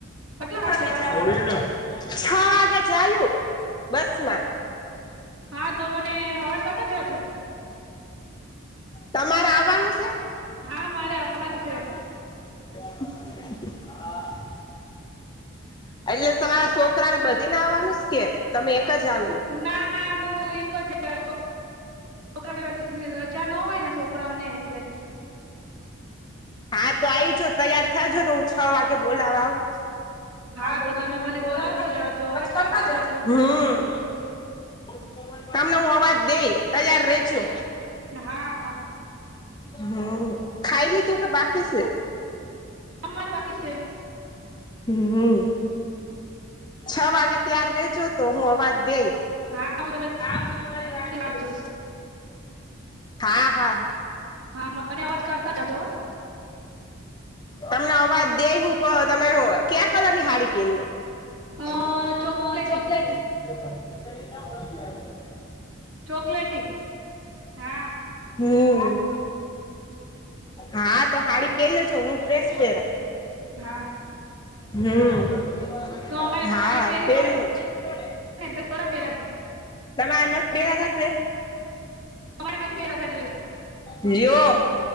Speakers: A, on the right (about 75°); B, on the left (about 20°).
A: કેટલા વાગે જવાના
B: <inaudible> છ વાગે જાયું બસમાં.
A: હા તો મને અવાજ કરતા જા જો
B: તમારે આવવાનું છે?
A: હા મારે આવવાનું છે.
B: <inaudible> એટલે તમારા છોકરા ને બધીને આવવાનું કે તમે એક જ આવ્યું?
A: ના હું એક જ છુ. છોકરાને રજા ન હોય ને છોકરાઓને એટલે.
B: હા તો આવીઈજો તૈયાર થજો તો હું છ વાગે બોલાવા આવું. <inaudible>
A: હા તો તમે મને બોલાવતા જજો અવાજ
B: હ.
A: કરતા જજો
B: તમને હું અવાજ દે તૈયાર રેજો.
A: હા હા.
B: હમ ખાઈ લીધું કે બાકી છે?
A: જમવાનું બાકી છે
B: હમ. છ વાગે ત્યાર રજો તો હું અવાજ દેય.
A: <inaudible>
B: <inaudible>
A: તમારી વાટ જોઈશ
B: હા હા.
A: હા મને અવાજ કરતા જજો
B: તમને અવાજ દે હું તમે ક્યાં કલરની હાડી પહેરીઓ. <inaudible>
A: અ ચોકલેટી ચોકલેટી હા.
B: હમ. હા તો હાડી પેરી લેજો હું ડ્રેસ પહેરા.
A: હા
B: હમ
A: તો અમારે
B: હા
A: સાડી તેરી
B: પહેરી
A: પર
B: લેજો
A: ડ્રેસ થોડી પહેરાય
B: તમારે નથી દેવા
A: અમારે નથી પહેરાતા ડ્રેસ
B: <inaudible> જો.